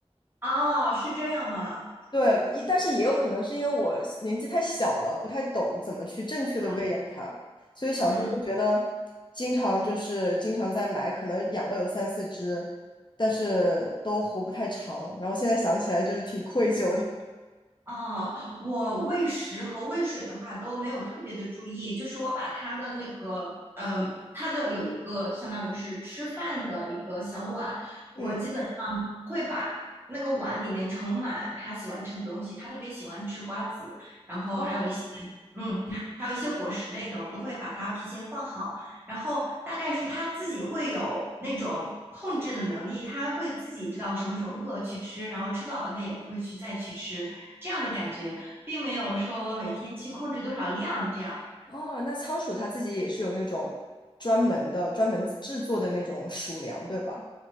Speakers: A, on the right; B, on the left.
A: 哦，是这样吗？
B: 对，也但是也有可能是因为我年纪太小了，不太懂怎么去正确的喂养它，
A: 嗯，
B: 所以小时候就觉得，
A: 嗯，
B: 经常就是经常在买，可能养了有三四只，但是都活不太长。然后现在想起来就是挺愧疚的。
A: 哦，我喂食和喂水的话都没有特别的注意，就是我把它的那个，呃，它的有一个相当于是吃饭的一个小碗，我基本上会把那个碗里面盛满它喜欢吃的东西，
B: 嗯，
A: 它特别喜欢吃瓜子，然后还有一些，
B: 哦
A: 嗯，还有一些果实类的，我都会把它提前放好，然后大概是他自己会有那种控制的能力，他会自己知道什么时候饿去吃，然后吃饱了他也不会去再去吃，这样的感觉，并没有说我每天去控制多少量这样。
B: 哦，那仓鼠它自己也是有那种专门的、专门制作的那种鼠粮，对吧？